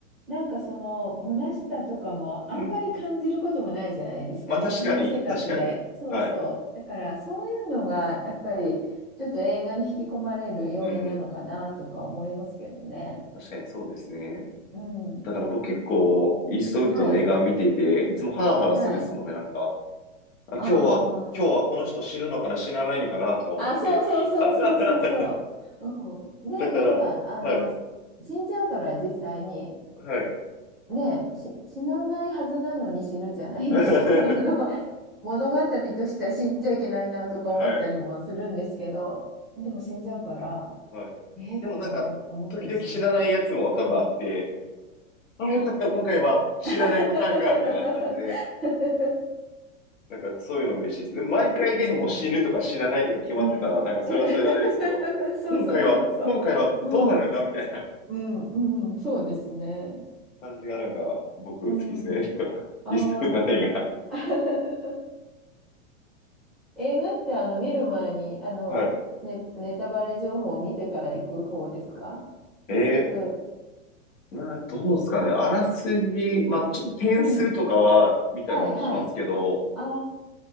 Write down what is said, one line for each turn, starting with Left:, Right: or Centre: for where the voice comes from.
Centre: なんかその虚しさとかもあんまり感じることもないじゃないですか、
Left: うん。まあ確かに、
Centre: 日常生活で。
Left: 確かに。
Centre: そうそう。
Left: はい。
Centre: だからそういうのがやっぱりちょっと映画に引き込まれる要因なのかなとか思いますけどね。
Left: うん。確かにそうですね。
Centre: うん。
Left: だから僕結構、イーストウッドの映画を見てて、
Centre: はい。
Left: いつもハラハラするっすもんね、
Centre: はい。
Left: なんか。あ、
Centre: あ
Left: 今日は、
Centre: ー
Left: 今日はこの人死ぬのかな、死なないのかな、とか思って。
Centre: あ、そうそうそうそうそうそう。
Left: <laughs> あはは
Centre: うん。で、
Left: だから、
Centre: なんかあの、
Left: はい。
Centre: 死んじゃうから実際に。
Left: はい。
Centre: ねえ、し死なないはずなのに死ぬじゃないですか。
Left: <laughs> は
Centre: <laughs> あの、物語としては死んじゃいけないなとか思ったりもするんですけど、
Left: い。
Centre: でも死んじゃうから、
Left: はい。
Centre: ええとか思、
Left: でもなんか、
Centre: 思ったりしますけ
Left: 時々死なないやつも多分あって、
Centre: ど。
Left: あ、よかった、今回は死なないパターンか、
Centre: うん。<laughs>
Left: みたいな感じで、なんかそういうの嬉しいです。で毎回ね、
Centre: うん、
Left: もう死ぬとか死なないとか決まってたら、
Centre: ねえ
Left: なんかそれはそれであれですけど、
Centre: <laughs> そうそうそうそう。
Left: 今回は、今回はどうなるんだ、
Centre: うん、
Left: みたいな
Centre: うん、うん、そうですね。
Left: 感じがなんか僕好きですね。
Centre: うん。
Left: と、<laughs>
Centre: ああ。
Left: イーストウッドの映画。
Centre: <laughs> 映画ってあの見る前にあのネ、
Left: はい。
Centre: ネタバレ情報を見てから行く方ですか全く。
Left: えー、な、どうですかね。あらすじ、まあちょっと点数とかは見たりもしますけど、
Centre: うん。はいはい。ああ、